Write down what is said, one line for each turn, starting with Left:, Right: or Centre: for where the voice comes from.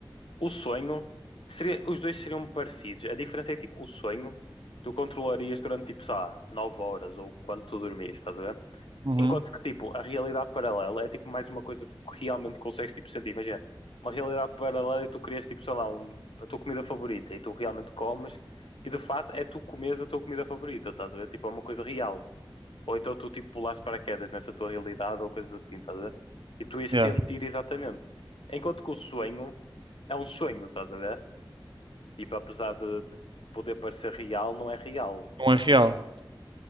Left: O sonho seria, os dois seriam parecidos. A diferença é tipo, o sonho tu controlarias durante tipo, sei lá, 9 horas ou quando tu dormires, estás a ver?
Right: Uhum.
Left: Enquanto que tipo, a realidade paralela é tipo mais uma coisa que tu realmente consegues tipo sentir. Imagina, uma realidade paralela e tu crias tipo, sei lá, um- a tua comida favorita e tu realmente comes e de fato é tu comes a tua comida favorita, estás a ver? Tipo, é uma coisa real. Ou então tu tipo pulaste paraquedas nessa tua realidade ou coisas assim, estás a ver? E tu ias
Right: Yeah.
Left: sentir exatamente. Enquanto que o sonho é um sonho, estás a ver? Tipo, apesar de, de poder parecer real, não é real.
Right: Não é real.